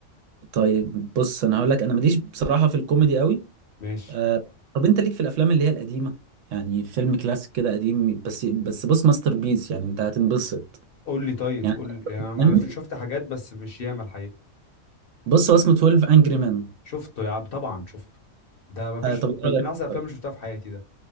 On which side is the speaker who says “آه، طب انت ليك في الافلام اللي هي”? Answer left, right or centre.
Right